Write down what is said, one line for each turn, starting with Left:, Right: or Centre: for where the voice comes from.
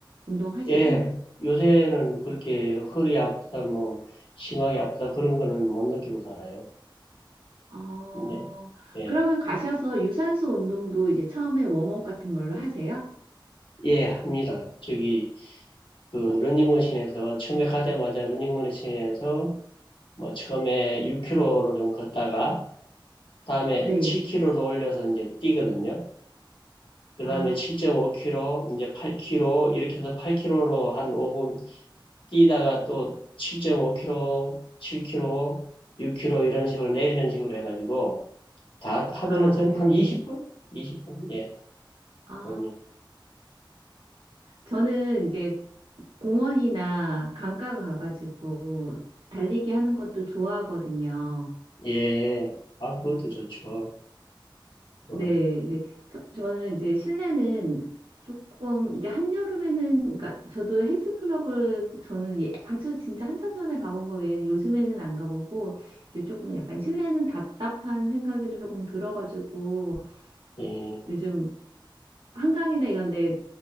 Right: 운동하시고?
Left: 예, 요새는 그렇게 허리 아프다, 뭐, 심하게 아프다, 그런 거는 못 느끼고 살아요.
Right: 어,
Left: 네 예,
Right: 그러면 가셔서 유산소 운동도 이제 처음에 웜업 같은 걸로 하세요?
Left: 예, 합니다. 저기, 그, 러닝머신에서, 처음에 가자마자 러닝머신에서 뭐 처음에 6킬로로좀 걷다가 다음에
Right: 네.
Left: 7킬로로 올려서 이제 뛰거든요. 그 다음에
Right: 아,
Left: 7 5킬로 이제 8킬로 이렇게 해서 8킬로로한 5분 뛰다가 또 7 5킬로7킬로6킬로 이런 식으로 내리는 식으로 해가지고 다 하면은
Right: 아,
Left: 저는
Right: 네네.
Left: 한 20분? 20분? 예.
Right: 아,
Left: 그
Right: 저는 이제 공원이나 강가 가가지고 달리기 하는 것도 좋아하거든요.
Left: 예. 아, 그것도 좋죠. 어,
Right: 네, 이제 저, 저는 이제 실내는 조금 이제 한여름에는 그러니까 저도 헬스클럽을 저는 예, 아주 진짜 한참 전에 가본 거 외에는 요즘에는 안 가보고 이제 조금 약간 실내는 답답한 생각이 조금 들어가지고
Left: 예.
Right: 요즘 한강이나 이런 데